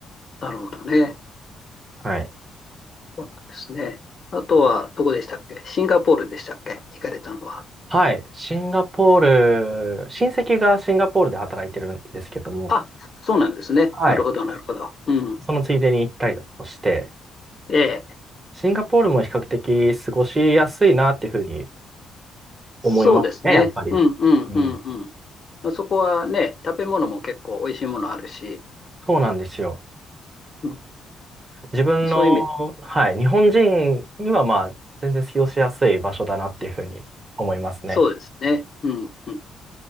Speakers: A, on the left; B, on the right.
A: なるほどね。
B: はい。
A: そうなんですね。あとは、どこでしたっけシンガポールでしたっけ行かれたのは。
B: はい、シンガポール、親戚がシンガポールで働いてるんですけども、
A: あ、そうなんですね。
B: はい、
A: なるほど、なるほど。うん。
B: そのついでに行ったりだとして、
A: ええ。
B: シンガポールも比較的過ごしやすいなっていうふうに思いますね、
A: そうですね。
B: やっぱり。
A: うん、うん、
B: うん
A: うん、うん。そこはね、食べ物も結構美味しいものあるし、
B: そうなんですよ。
A: うん、
B: 自分の、
A: そういう意味、
B: はい、日本人にはまあ、全然使用しやすい場所だなっていうふうに思いますね。
A: そうですね。うん、うん。